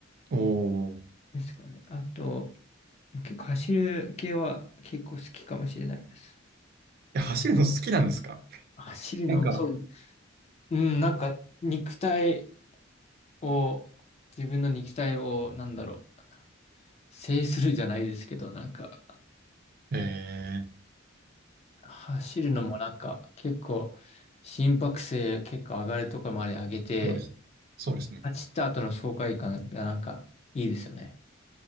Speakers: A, on the right (about 50°); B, on the left (about 35°).
A: おお。
B: ですかね。あと、結構走る系は結構好きかもしれないです。
A: え、走るの好きなんですか
B: 走るの、
A: なんか、
B: そう。うん、なんか肉体を、自分の肉体を、なんだろう、制するじゃないですけど、なんか、
A: えー、
B: 走るのもなんか結構、心拍数結構上がるところまで上げて、
A: そうです。そうですね。
B: 走った後の爽快感がなんかいいですよね。